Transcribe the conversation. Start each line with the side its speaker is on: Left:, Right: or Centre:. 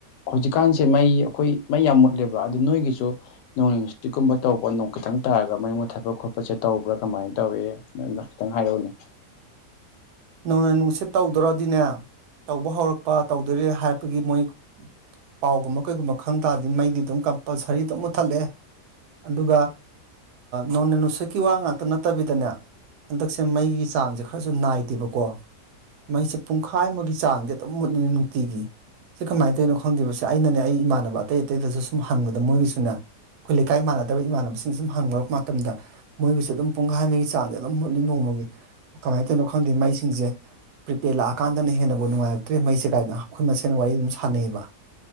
Left: ꯍꯧꯖꯤꯛꯀꯥꯟꯁꯦ ꯃꯩ ꯑꯩꯈꯣꯏ ꯃꯩ ꯌꯥꯝ ꯃꯨꯠꯂꯦꯕ ꯑꯗꯨ ꯅꯣꯏꯒꯤꯁꯨ ꯅꯣꯡꯂꯩ ꯅꯨꯡꯁꯤꯠꯀꯨꯝꯕ ꯇꯧꯕ ꯅꯣꯡ ꯀꯇꯪ ꯇꯪ ꯇꯥꯔꯒ ꯃꯩ ꯃꯨꯠ ꯊꯛꯄ ꯈꯣꯠꯄꯁꯦ ꯇꯧꯕ꯭ꯔꯥ ꯀꯃꯥꯏꯅ ꯇꯧꯏ ꯅꯪ ꯈꯤꯇꯪ ꯍꯥꯏꯔꯛꯎꯅꯦ <inaudible>
Right: ꯅꯣꯡꯂꯩ ꯅꯨꯡꯁꯤꯠ ꯇꯧꯗꯣꯔꯗꯤꯅꯦ ꯇꯧꯕ ꯍꯧꯔꯛꯄ ꯇꯧꯗꯔꯦ ꯍꯥꯏꯕꯒꯤ ꯃꯣꯏ ꯄꯥꯎꯒꯨꯝꯕ ꯀꯩꯒꯨꯝꯕ ꯈꯪ ꯇꯥꯔꯗꯤ ꯃꯩꯗꯤ ꯑꯗꯨꯝ ꯀꯝꯄꯜꯁꯔꯤ ꯑꯗꯨꯝ ꯃꯨꯠꯊꯠꯂꯛꯑꯦ ꯑꯗꯨꯒ ꯅꯣꯅꯦ ꯅꯨꯡꯁꯛꯀꯤ ꯋꯥ ꯉꯥꯛꯇ ꯅꯠꯇꯕꯤꯗꯅꯦ ꯍꯟꯗꯛꯁꯦ ꯃꯩꯒꯤ ꯆꯥꯡꯁꯦ ꯈꯔꯁꯨ ꯅꯥꯏꯗꯦꯕꯀꯣ ꯃꯩꯁꯦ ꯄꯨꯡꯈꯥꯏ ꯑꯃꯒꯤ ꯆꯥꯡꯗꯤ ꯑꯗꯨꯝ ꯃꯨꯠꯂꯤ ꯅꯨꯡꯇꯤꯒꯤ ꯁꯤ ꯀꯃꯥꯏꯅ ꯇꯧꯔꯤꯅꯣ ꯈꯪꯗꯦꯕꯁ ꯑꯩꯅꯅꯦ ꯑꯩ ꯏꯃꯥꯟꯅꯕ ꯑꯇꯩ ꯑꯇꯩꯗꯁꯨ ꯁꯨꯝ ꯍꯪꯕꯗ ꯃꯣꯏꯒꯤꯁꯨꯅꯦ ꯑꯩꯈꯣꯏ ꯂꯩꯀꯥꯏ ꯃꯥꯟꯅꯗꯕ ꯏꯃꯥꯟꯅꯕꯁꯤꯡꯁꯦ ꯁꯨꯝ ꯍꯪꯕ ꯃꯇꯝꯗ ꯃꯣꯏꯒꯤꯁꯨ ꯑꯗꯨꯝ ꯄꯨꯡꯈꯥꯏ ꯑꯃꯒꯤ ꯆꯥꯡꯗ ꯑꯗꯨꯝ ꯃꯨꯠꯂꯤ ꯅꯣꯡꯃ ꯀꯃꯥꯏꯅ ꯇꯧꯅꯣ ꯈꯪꯗꯦ ꯃꯩꯁꯤꯡꯁꯦ ꯄ꯭ꯔꯤꯄꯦꯠ ꯂꯥꯛꯑꯀꯥꯟꯗꯅ ꯍꯦꯟꯅꯕꯨ ꯅꯨꯡꯉꯥꯏꯔꯛꯇ꯭ꯔꯦ ꯃꯩꯁꯦ ꯀꯥꯏꯅ ꯑꯩꯈꯣꯏ ꯃꯁꯦꯜ ꯋꯥꯔꯤ ꯑꯗꯨꯝ ꯁꯥꯟꯅꯩꯑꯕ